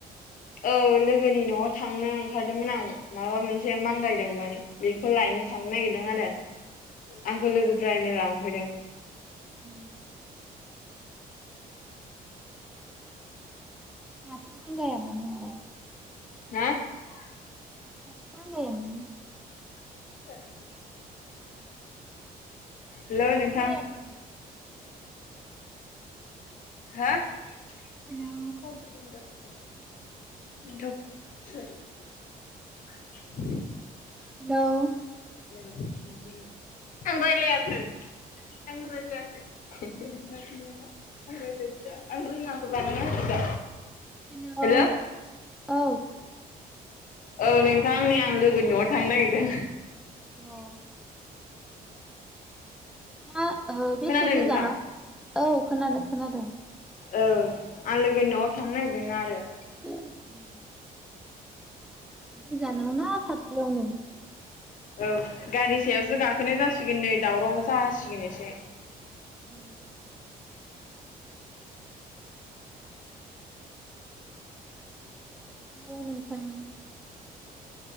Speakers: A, on the left; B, in the centre.
A: औ लोगोनि न'आव थांनो ओंखारदोंमोन आं माबा मोनसे मांगायदोंमोन। बेखौ लायनो थांनो नागिरदों आरो आंखौ लोगोफोरानो लांफैदों।
B: <inaudible> माथो मांगायामोन नोंलाय?
A: <inaudible>
B: माथो मांगायामोन नों?
A: <inaudible> हेल' नोंथां?
B: खोनायाखै
A: <inaudible>
B: हेलौ
A: <unintelligible> <inaudible>
B: हेलौ?
A: आं रायलायाखै। आं रायलायाखै, नोंसोरनाव सोंनायाना आं रायलायदिया आं रोङाखै बानायना होदो दा।
B: Hello
A: hello?
B: औ
A: औ नोंथां नै आं लोगोनि न'आव थांनो नागिरदों।
B: अह। मा ओ बेसे
A: खोनादों
B: गोजानाव?
A: नोंथां
B: औ खोनादो खोनादों।
A: औ आं लोगोनि न'आव थांनो नागिरदोंना आरो।
B: <inaudible> गोजानाव ना खाथियावनो?
A: औ गारि सायावसो गाखोनाय जासिगोन नै, दावराव जासिगोन एसे।
B: <inaudible> हेल' नोंथां?